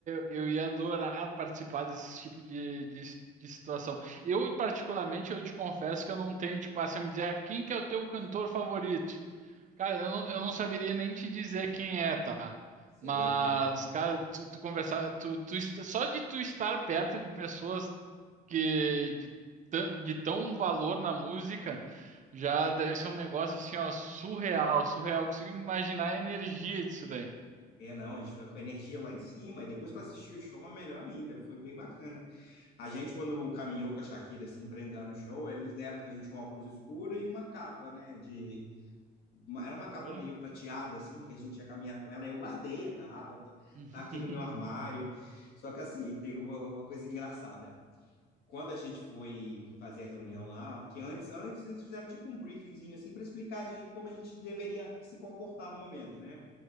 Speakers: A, on the right (about 45°); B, on the left (about 70°).
A: eu ia adorar participar desse tipo de, de, de situação. Eu, particularmente, eu te confesso que eu não tenho, tipo, assim, me dizer "Ah, quem que é o teu cantor favorito. Cara, eu não, eu não saberia nem te dizer quem é, tá?
B: Isso
A: Mas,
B: é bem claro.
A: cara, tu, tu conversar, tu, tu est- só de tu estar perto de pessoas que de, tan- de tão valor na música já deve ser um negócio assim, ó, surreal, surreal. Consigo imaginar a energia disso daí.
B: É, não, a gente fica com a energia lá em cima. E depois para assistir o show é melhor ainda. Foi bem bacana. A gente, quando caminhou com a Shakira, assim, para entrar no show, eles deram pra gente um óculos escuro e uma capa, né? De... uma- Era uma
A: Olha.
B: capa meio prateada, assim, que a gente ia caminhar com ela. Eu guardei a capa, tô-
A: <laughs>
B: tá aqui no meu armário. Só que, assim, tem uma, uma coisa engraçada. Quando a gente foi fazer a reunião lá, porque antes, antes eles fizeram tipo um briefingzinho, assim, para explicar a gente- como a gente deveria se comportar no momento, né?